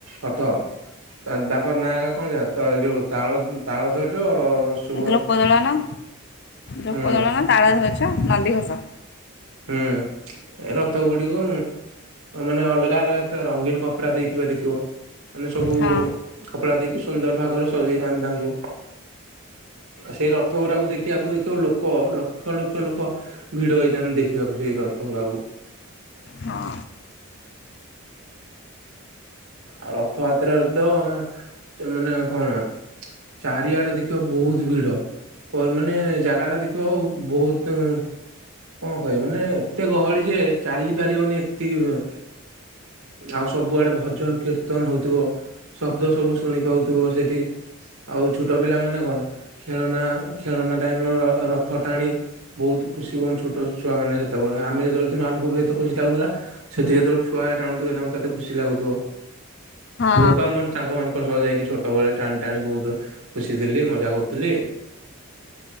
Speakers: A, on the right; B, on the left.
A: ରଥ ତାଙ୍କର ନାଁ କଣ ହେକା କଣ ଯାଏ ତ ଯୋଉ ତାଳ ତାଳଧ୍ୱଜ ସୁଭ
B: ଦ୍ରପଦଳନ ନା ଦର୍ପଦଳନ
A: ହୁଁ
B: ତାଳଧ୍ୱଜ ଏଇଟା ନନ୍ଦିଘୋଷ।
A: ହୁଁ ଏ ରଥ ଗୁଡିକୁ ମାନେ ଅଲଗା ଅଲଗା ରଙ୍ଗୀନ କପଡା ଦେଇଥିବେ ଦେଖିବ। ମାନେ ସବୁ
B: ହଁ
A: କପଡା ଦେଇକି ସୁନ୍ଦର ଭାଗରେ ସଜେଇଥାନ୍ତି ତାଙ୍କୁ ଆ ସେଇ ରଥ ଗୁରାକୁ ଦେଖିବାକୁ ଦେଖିବ ଲୋକ ଲକ୍ଷ ଲକ୍ଷ ଲୋକ ଭିଡ ହୋଇଥାନ୍ତି ଦେଖ ଦେଖିବାକୁ ସେଇ ରଥ ଗୁରାକୁ।
B: ହଁ
A: ଆଉ ରଥଯାତ୍ରାରେ ତ ମାନେ କଣ ଚାରିଆଡେ ଦେଖିବ ବହୁତ ଭିଡ ମାନେ ଜାଗା ଟା ଦେଖିବ ଆଉ ବହୁତ କଣ କହିବି ମାନେ ଏତେ ଗହଳି ଯେ ଚାଲି ପାରିବନି ଏତିକି ଆଉ ସବୁଆଡେ ଭଜନ କୀର୍ତ୍ତନ ହଉଥିବ ଶବ୍ଦ ସବୁ ଶୁଣି ପାଉଥିବ ସେଠି ଆଉ ଛୋଟ ପିଲାମାନେ କଣ ଖେଳନା ଖେଳନା ଟାଇମର ରଥ ଟାଣି ବହୁତ ଖୁସି ହୁଅନ ଛୋଟ ଛୁଆ ମାନେ ସେତେବେଳେ ଆମେ ଯେତେବେଳେ ଥିଲୁ ଆମକୁ ବି ଏତେ ଖୁସି ଲାଗୁଥିଲା ସେଠି ଯେତେବେଳେ ଛୁଆ ଟାଣୁଥିବେ ତାଙ୍କୁ କେତେ ଖୁସି ଲାଗୁଥିବ।
B: ହଁ
A: ମୁଁ ବା ମୋ ସାଙ୍ଗମାନଙ୍କୁ ସହ ଯାଇକି ଛୋଟବେଳେ ଟାଣି ଟାଣି ବହୁତ ଖୁସି ଥିଲି ମଜା କରୁଥିଲି।